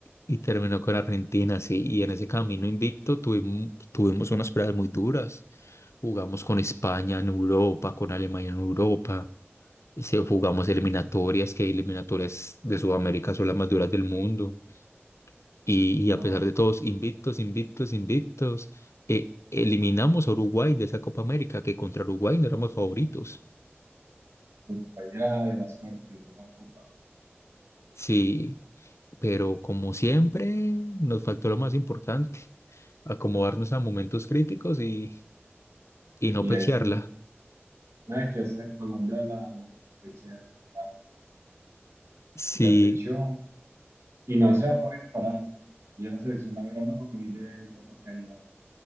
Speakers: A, on the left; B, on the right.
A: y terminó con Argentina, sí. Y en ese camino invicto tuvimos, tuvimos unas pruebas muy duras. Jugamos con España en Europa, con Alemania en Europa. Se, jugamos eliminatorias, que eliminatorias de Sudamérica son las más duras del mundo. Y, y
B: No,
A: a pesar de todos, invictos, invictos, invictos, eh, eliminamos a Uruguay de esa Copa América, que contra Uruguay no éramos favoritos.
B: pues, allá de la suerte de la copa.
A: Sí, pero como siempre, nos faltó lo más importante, acomodarnos a momentos críticos y y no
B: Y
A: pechearla.
B: ahí sí, nada que hacer, Colombia la, la pechea, la verdad,
A: Sí,
B: la pechó y no se ha podido parar. Y en la selección, la verdad, no, muy de, de capa caída.